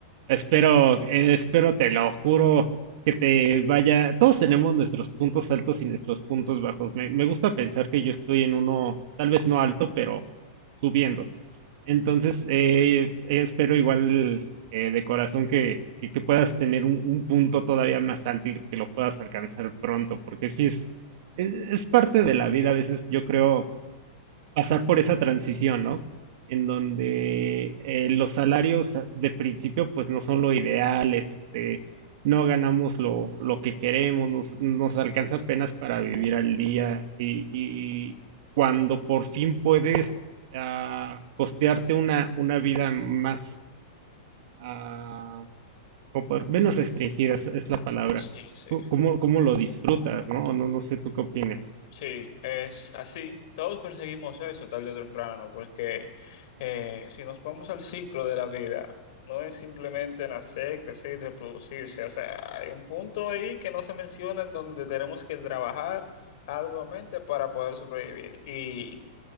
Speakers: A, on the right (about 60°); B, on the left (about 60°).
A: Espero, eh, espero, te lo juro, que te vaya. Todos tenemos nuestros puntos altos y nuestros puntos bajos. Me, me gusta pensar que yo estoy en uno, tal vez no alto, pero subiendo. Entonces, eh, espero igual eh, de corazón que, que, que puedas tener un, un punto todavía más alto y que lo puedas alcanzar pronto, porque sí es, es, es parte de la vida. A veces yo creo pasar por esa transición, ¿no? En donde eh, los salarios de principio pues no son lo ideal, este, no ganamos lo, lo que queremos, nos, nos alcanza apenas para vivir al día y, y cuando por fin puedes ah, costearte una, una vida más, ah, como por- menos restringida, es, es la palabra.
B: Sí, sí.
A: ¿Cómo, cómo lo disfrutas, no? No, no sé tú qué opinas.
B: Sí, es así. Todos perseguimos eso tarde o temprano, porque eh, si nos vamos al ciclo de la vida, no es simplemente nacer, crecer y reproducirse. O sea, hay un punto ahí que no se menciona en donde tenemos que trabajar arduamente para poder sobrevivir. Y